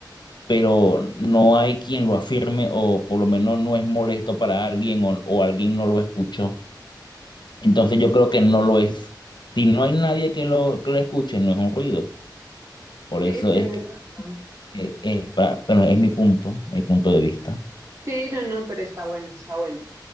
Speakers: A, on the left; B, on the right.
A: pero no hay quien lo afirme o por lo menos no es molesto para alguien o, o alguien no lo escuchó. Entonces yo creo que no lo es. Si no hay nadie que lo, que lo escuche, no es un ruido. Por
B: sí,
A: eso
B: tienes
A: es que
B: razón.
A: eh, es, pa- bueno, es mi punto, mi punto de vista.
B: Sí, no, no, pero está bueno, está bueno.